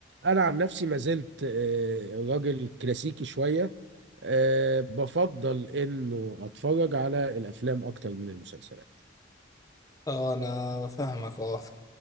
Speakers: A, on the right; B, on the left.
A: انا عن نفسي ما زلت آه، راجل كلاسيكي شوية آه، بفضل انه اتفرج على الافلام اكتر من المسلسلات
B: اه انا فاهمك اه